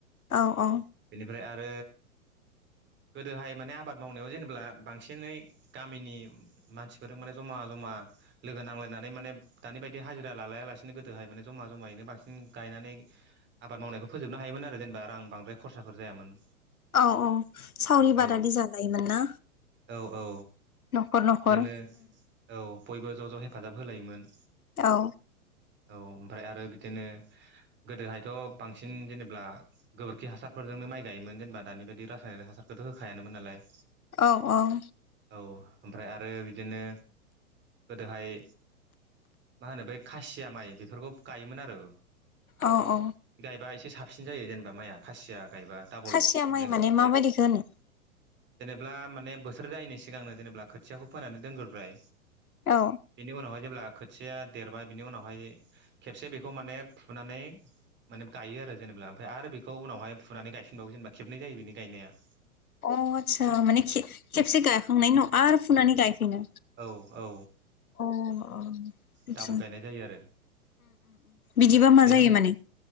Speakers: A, on the left (about 75°); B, on the right (about 25°).
A: औ औ
B: बेनिफ्राय आरो गोदोहाय माने आबाद मावनायाव जेनेबा बांसिनै गामिनि मानसिफोर माने जमा जमा लोगो नांलायनानै माने दानि बायदि हाजिरा लालाया लासिनो गोदोहाय जमा जमायैनो बांसिन गायनानै आबाद मावनायखौ फोजोबनो हायोमोन आरो जेनेबां बांद्राय खरसा साफोर जायामोन।
A: औ औ सावरि
B: औ
A: बादालि जालायोमोन ना?
B: औ औ
A: न'खर न'खर
B: बिदिनो औ बयबो ज' ज' हेफाजाब होलायोमोन।
A: औ
B: औ ओमफ्राय आरो बिदिनो गोदोहायथ' बांसिन जेनेबा गोबोरखि हासारफोरजोंनो माइ गायोमोन जेनेबा दानि बायदि रासायनारिक हासार बेखौथ' होखायानोमोन नालाय
A: औ औ
B: औ ओमफ्राय आरो बिदिनो गोदोहाय मा होनो बै खासिया माइ बेफोरखौ गायोमोन आरो
A: औ औ
B: दा एसे साबसिन जायो जेनेबा माइया खासिया गायबा डाबल
A: खासिया
B: माने
A: माइ माबायदिखौ होनो
B: जेनेब्ला माने बोसोर जायैनि सिगांनो जेनेबा खोथियाखौ फोनानै दोनग्रोबाय
A: औ
B: बेनि उनावहाय जेब्ला खोथिया खोथिया देरबाय बिनि उनावहाय खेबसे बेखौ माने फुनानै माने गायो आरो जेनेबा ओमफ्राय आरो बेखौ उनावहाय फुनानै गायफिनबावो जेनेबा खेबनै जायो बिनि गायनाया
A: अ आस्सा माने खेबसे गायाखांनायनि उनाव आरो फुनानै गाय फिनो
B: औ औ
A: अ आतसा
B: डाबल गायनाय जायो आरो
A: बिदिबा
B: औ
A: मा
B: बेजों
A: जायो माने